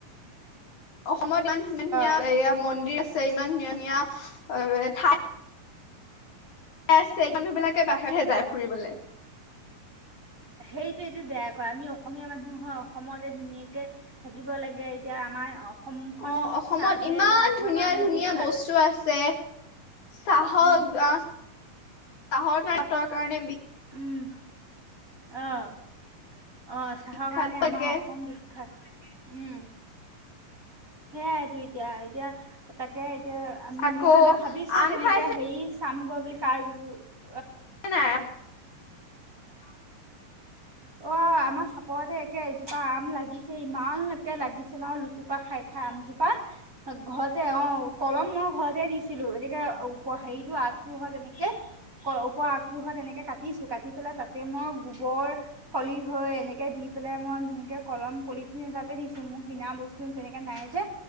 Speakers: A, on the left; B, on the right.
A: অসমত ইমান ধুনীয়া ধুনীয়া
B: অ
A: এয়া মন্দিৰ আছে। আছে ইমান ধুনীয়া ধুনীয়া ঠাই। আছে এই মানুহ বিলাকে বাহিৰতহে যায় ফুৰিবলে
B: সেইটোৱেতো বেয়া কৰে আমি অসমীয়া মানুহ হয় অসমতে ধুনীয়াকে থাকিব লাগে এতিয়া আমাৰ অসমখন
A: অ অসমত
B: চাহে
A: ইমান
B: চাহৰ
A: ধুনীয়া
B: কাৰণে
A: ধুনীয়া
B: বিখ্যাত
A: বস্তু আছে চাহৰ
B: উম
A: আহ চাহৰ পাতৰ কাৰণে বি
B: উম আহ অঁ
A: বিখ্যাত
B: চাহৰ কাৰণে
A: থাকে
B: আমাৰ অসম বিখ্যাত। উম। সেয়াইটো এতিয়া এতিয়া তাক, তাকে এতিয়া আমি
A: আকৌ
B: মই এবাৰ ভাবিছো
A: আম
B: তেনেকে
A: খাইছে
B: হেৰি, চামগৰ বুলি কাৰবোৰ <unintelligible>
A: নাই।
B: অ আমাৰ চাপৰতে একে এজোপা আম লাগিছে ইমানকে লাগিছে নহ লুতুপা খাই। খা আমজোপা ঘৰতে অ কলম মই ঘৰতে দিছিলো গতিকে অ হেৰিটো আগ। অঁ তে এনেকে ওপ আগটোহত তে এনেকে কাটিছো কাটি পেলাই তাত, এতিয়া মই গোবৰ খলি হৈ এনেকে দি পেলাই মই ধুনিয়াকে কলম পলিথিন এটাতে দিছো মোক কিনা বস্তু তেনেক, নাই যে